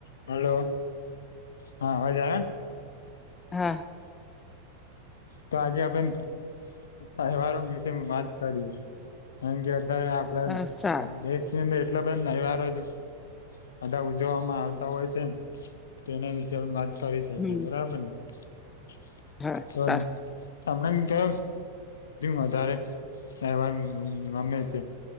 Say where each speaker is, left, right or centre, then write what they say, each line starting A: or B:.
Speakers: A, on the left (about 65°); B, on the left (about 15°).
A: હલો હા <unintelligible>
B: <unintelligible>
A: તો આજે આબન. તહેવારો વિશે વાત કરી <unintelligible>
B: હા સારું
A: દેશ ની અંદર એટલા <unintelligible> બધા ઉજવવામાં આવતા હોય છે, ને તો એના વિશે વાત કરી શકીએ
B: હમ
A: બરાબર ને. <unintelligible>
B: હા સારું
A: તમને <unintelligible> વધારે અહેવાન ગમે છે,